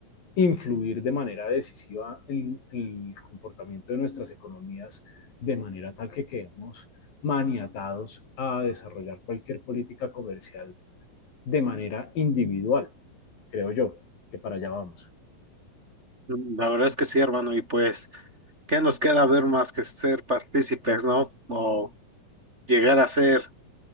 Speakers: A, on the left (about 75°); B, on the right (about 20°).
A: influir de manera decisiva en, en el comportamiento de nuestras economías de manera tal que quedemos maniatados a desarrollar cualquier política comercial de manera individual, creo yo, que para allá vamos.
B: La verdad es que sí, hermano, y pues. ¿Qué nos queda ver más que ser partícipes, ¿no? O llegar a ser,